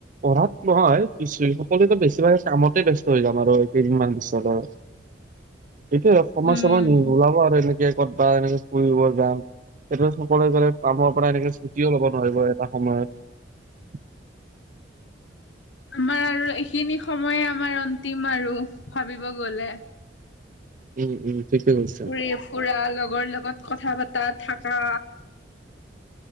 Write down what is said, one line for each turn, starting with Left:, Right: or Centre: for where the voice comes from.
Right: পঢ়াত নহয় পছ সকলোৱো বেছিভাগে কামতে ব্যস্ত হৈ যাম আৰ' এই কেইদিনমান পিছত আৰ'।
Left: <inaudible>
Right: এইটোৱে সময়
Left: উম
Right: চময় নো - নোলাব আৰু এনেকে ক'তবা এনেকে ফুৰিব যাম সেইটো সকলোৱে কামৰ পৰা এনেকে ছুটিও ল'ব নোৱাৰিব এটা সময়ত।
Left: আমাৰ আৰু এইখিনি সময়ে আমাৰ অন্তিম আৰু ভাবিব গলে।
Right: উম উম। ঠিকে কৈছা
Left: ফুৰি ফুৰা লগৰ লগত কথা পতা থাকা।